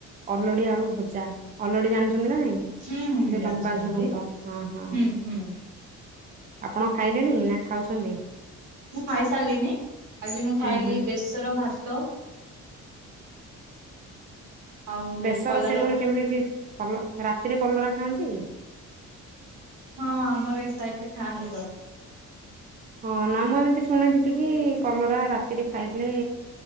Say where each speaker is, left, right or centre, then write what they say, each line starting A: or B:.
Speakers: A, on the right; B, on the right.
A: ଅଲଡି ଆଳୁ ଭଜା ଅଲୋଡି ଜାଣିଛୁ? ଛନ୍ତି ନା ନାଇଁ
B: ହୁଁ ହୁଁ
A: ଯ
B: ଜାଣିଛି
A: ଲମ୍ବା
B: ଜାଣିଛି
A: ଝୁଡୁଙ୍ଗ ହଁ ହଁ।
B: ହୁଁ ହୁଁ
A: ଆପଣ ଖାଇଲେଣି ନା ଖାଉଛନ୍ତି?
B: ମୁଁ ଖାଇସାରିଲିନି ଆଜି ମୁଁ
A: ହୁଁ
B: ଖାଇଲି
A: ହୁଁ
B: ବେସର ଭାତ। ଆଉ
A: ବେଶର
B: କଲରା
A: ସେ ପୁଣି କେମିତି କଲ ରାତିରେ କଲରା ଖାଆନ୍ତି?
B: ହଁ ଆମର ଏଇ ସାଇଟ୍ ରେ ଖାଆନ୍ତି ତ।
A: ହଁ ନା ମୁଁ ଏମିତି ଶୁଣିଥିଲି କି କଲରା ରାତିରେ ଖାଇଲେ